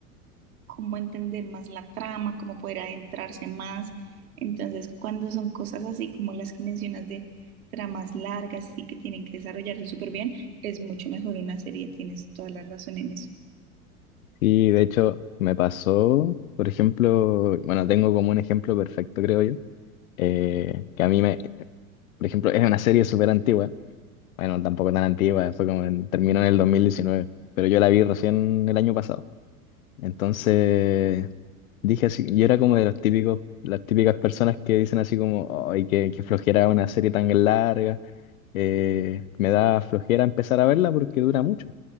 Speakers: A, on the right; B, on the left.
A: cómo entender más la trama, cómo poder adentrarse más. Entonces, cuando son cosas así como las que mencionas de tramas largas y que tienen que desarrollarse súper bien, es mucho mejor una serie, tienes toda la razón en eso.
B: Sí, de hecho me pasó, por ejemplo, bueno, tengo como un ejemplo perfecto, creo yo, eh, que a mí me, por ejemplo, es una serie súper antigua Bueno, tampoco tan antigua, fue como en, terminó en el dos mil diecinueve pero yo la vi recién el año pasado. Entonces dije así, yo era como de los típicos, las típicas personas que dicen así como, ay, qué, qué flojera una serie tan larga, eh, me da flojera empezar a verla porque dura mucho.